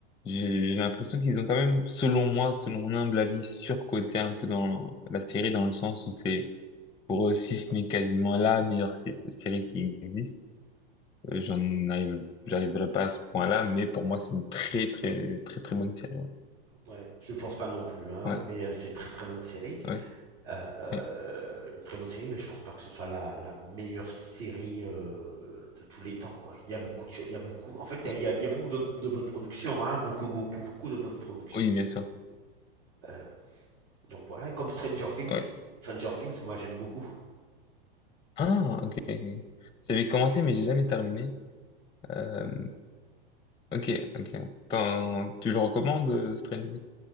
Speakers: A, on the left; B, on the right.
A: j'ai j'ai l'impression qu'ils ont quand même, selon moi, selon mon humble avis, surcoté un peu dans la série dans le sens où c'est pour eux si ce n'est quasiment la meilleure sé- série qui existe. Euh, j'en arrive, j'arriverai pas à ce point-là, mais pour moi c'est une très très très très bonne série. Ouais,
B: Ouais, je pense pas non plus hein,
A: ouais,
B: mais euh, c'est une très très bonne série
A: ouais.
B: Euh,
A: ouais.
B: une très bonne série mais je pense pas que ce soit la, la meilleure série euh, de tous les temps quoi il y a beaucoup de cho- il y a beaucoup en fait il
A: O-
B: y a, il y a- il y a beaucoup de, de bonnes productions hein, beaucoup, beaucoup beaucoup de bonnes productions
A: Oui, bien sûr.
B: Euh, Donc voilà, et comme Stranger Things,
A: Ouais.
B: Stranger Things, moi j'aime beaucoup.
A: Ah, ok. ok. J'avais commencé mais j'ai jamais terminé. Euh, Ok, ok. T'en- tu le recommandes, euh, Stranger,